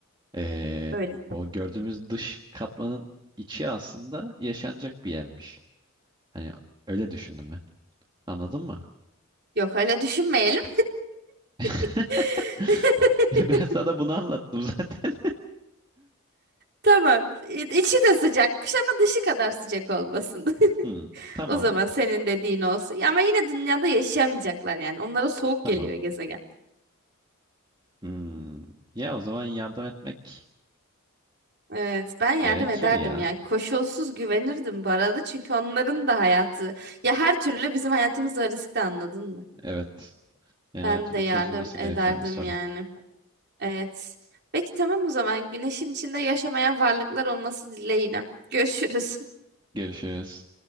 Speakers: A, on the right; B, on the right.
A: eee,
B: öyle.
A: o gördüğümüz dış katmanın içi aslında yaşanacak bir yermiş. Hani öyle düşündüm ben. Anladın mı?
B: Yok öyle düşünmeyelim.
A: <laughs>
B: <laughs>
A: Ben sana bunu anlattım zaten. <laughs>
B: Tamam. İ- İçi de sıcakmış ama dışı kadar sıcak olmasın.
A: Hmm,
B: <laughs>
A: tamam
B: O zaman senin dediğin olsun. Ya ama yine dünyada yaşayamayacaklar yani. Onlara soğuk
A: tamam.
B: geliyor gezegen.
A: Hmm, ya o zaman yardım etmek
B: Evet, ben yardım
A: gerekir
B: ederdim
A: ya.
B: yani. Koşulsuz güvenirdim bu arada çünkü onların da hayatı ya her türlü bizim hayatımızda riskli anladın mı?
A: Evet. Yani
B: Ben
A: her türlü
B: de yardım
A: çözülmesi
B: ederdim
A: gereken bir sorun.
B: yani. Evet. Peki tamam o zaman güneşin içinde yaşamayan varlıklar olması dileğiyle. Görüşürüz.
A: Görüşürüz.